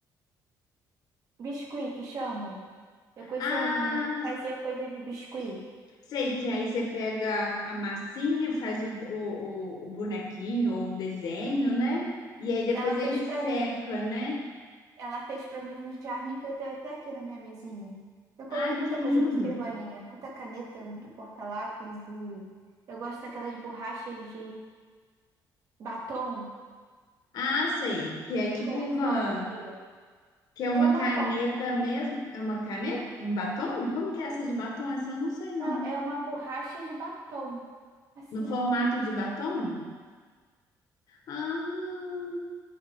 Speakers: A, on the right; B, on the left.
A: Biscuit que chamam. Eu conheci
B: Ah,
A: uma menina que fazia coisa de biscuit.
B: sei que aí você pega a a massinha, faz o, o, o- o bonequinho ou o desenho, né? E aí depois
A: Ela fez
B: ele seca,
A: pra mim.
B: né?
A: Ela fez para mim um jarrinho que eu tenho até aqui na minha mesinha. Eu coloco
B: Ai,
A: muita
B: que lindo.
A: coisa na escrivaninha, muita caneta, muito porta-lápis e eu gosto daquelas borrachas de batom.
B: Ah, sei. Que é
A: Eu
B: tipo
A: coleciono
B: uma.
A: aquilo.
B: Que é uma
A: Ele é um batom.
B: caneta mesmo. É uma caneta? Um batom? Como que é essa de batom? Essa eu não sei, não.
A: Não, é uma borracha de batom. Assim,
B: No formato
A: ó.
B: de batom? Ah,